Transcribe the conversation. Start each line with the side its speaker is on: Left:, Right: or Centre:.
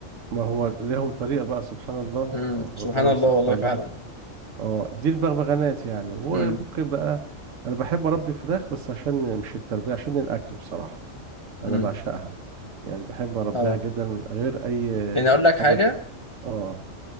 Right: ما هو لهم طريقة بقى سبحان الله
Left: امم
Right: اه
Left: سبحان
Right: ربنا
Left: الله
Right: مسخر
Left: والله فعلا
Right: لهم اه دي البغبغانات يعني وممكن
Left: امم
Right: بقى أنا بحب أربي فراخ بس عشان مش التربية عشان الأكل بصراحة انا
Left: امم
Right: بعشقها يعني بحب اربيها
Left: اه
Right: جدا غير اي
Left: يعني اقول لك
Right: حاجه
Left: حاجه
Right: تق- اه